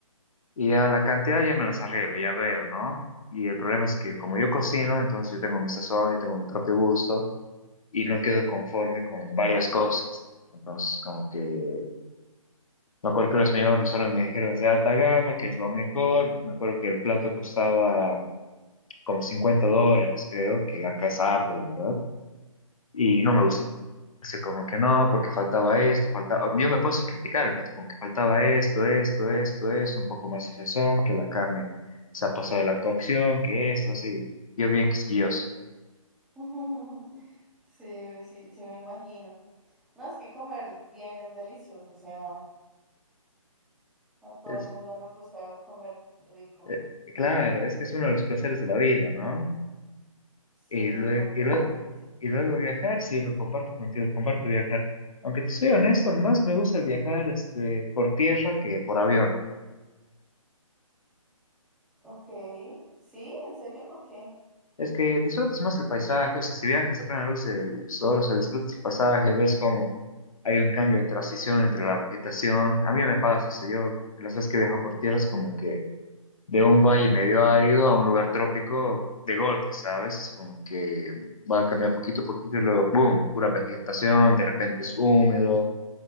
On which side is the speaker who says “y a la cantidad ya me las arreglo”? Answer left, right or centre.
Left